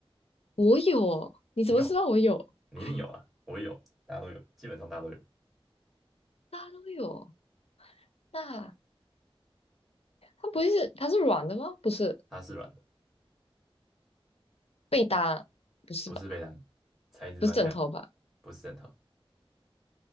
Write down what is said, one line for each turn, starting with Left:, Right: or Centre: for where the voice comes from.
Left: 我有哦你怎么知道我有？
Centre: 你有，你一定有啊，
Left: <laughs>
Centre: 我有，大家都有，基本上大家都有。
Left: 大家都有哦那它不会是它是软的吗？不是
Centre: 它是软的，
Left: 被单，不是吧？
Centre: 不是被单，材质蛮像的，
Left: 不是枕头吧？
Centre: 不是枕头。